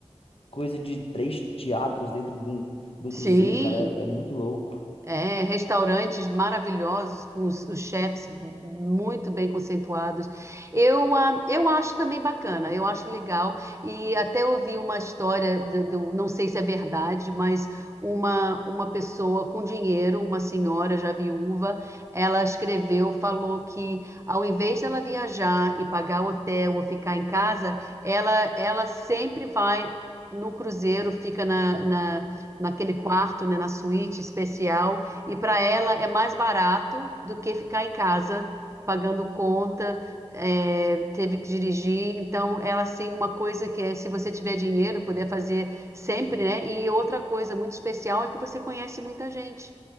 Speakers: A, on the left; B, on the right.
A: coisa de três teatros dentro de um, de
B: sim,
A: um cruzeiro, cara, é, é muito louco.
B: É, restaurantes maravilhosos, com os, os chefs muito bem conceituados. Eu, ah, eu acho também bacana, eu acho legal. E até ouvi uma história, do, do- não sei se é verdade, mas uma, uma pessoa com dinheiro, uma senhora já viúva, ela escreveu, falou que ao invés dela viajar e pagar hotel ou ficar em casa, ela, ela sempre vai no cruzeiro, fica na, na, naquele quarto, né, na suíte especial e para ela é mais barato do que ficar em casa pagando conta, é, teve que dirigir. Então, ela assim, uma coisa que é, se você tiver dinheiro, puder fazer sempre, né? E outra coisa muito especial é que você conhece muita gente